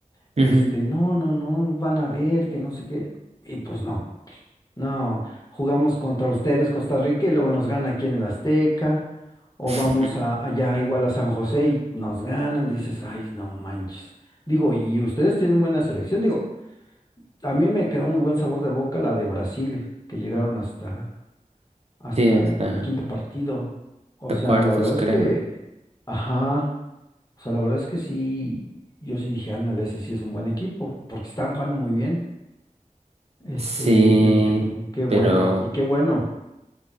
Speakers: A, on the left; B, on the right.
A: Este,
B: ujú.
A: no, no, no, van a ver que no sé qué. Y pues no. No, jugamos contra ustedes, Costa Rica, y luego nos gana aquí en el Azteca, o
B: <laughs>
A: vamos a, allá igual a San José y nos ganan, dices, ay, no manches. Digo, y ustedes tienen buena selección, digo, a mí me quedó muy buen sabor de boca la de Brasil, que llegaron hasta, hasta
B: Sí, hasta
A: el quinto partido. O
B: hasta
A: sea,
B: cuartos,
A: la verdad es
B: creo.
A: que, ajá, o sea, la verdad es que sí, yo sí dije, ándale, ese sí es un buen equipo, porque están jugando muy bien. Este,
B: Sí,
A: yo dije, "Mm, qué bueno,
B: pero
A: y qué bueno.